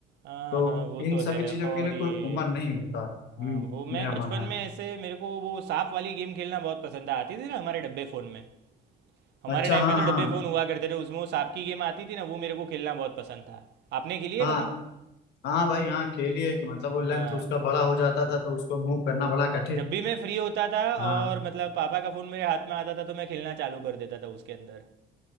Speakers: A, on the right; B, on the left.
A: हाँ
B: तो
A: हाँ वो
B: इन
A: तो
B: सभी
A: है
B: चीजों
A: और
B: के लिए
A: ये
B: कोई उम्र नहीं होता है
A: हाँ
B: हम्म
A: वो मैं
B: मेरा
A: बचपन
B: मानना
A: में ऐसे मेरे को वो सांप वाली गेम खेलना बहुत पसंद था आती थी ना हमारे डब्बे फ़ोन में हमारे
B: है अच्छा
A: टाइम
B: हाँ
A: पे तो
B: हाँ
A: डब्बे फ़ोन हुआ करते थे उसमें वो सांप की गेम आती थी ना वो मेरे को खेलना बहुत पसंद था आपने खेली है
B: हाँ
A: कभी
B: हाँ भाई हाँ खेली है कि मतलब वो लेंथ
A: हाँ
B: उसका बड़ा हो जाता
A: हाँ
B: था तो
A: हाँ
B: उसको मूव करना बड़ा
A: हाँ,
B: कठिन
A: जब भी मैं फ्री होता था
B: हाँ
A: और मतलब पापा का फोन मेरे हाथ में आता था तो मैं खेलना चालू कर देता था उसके अंदर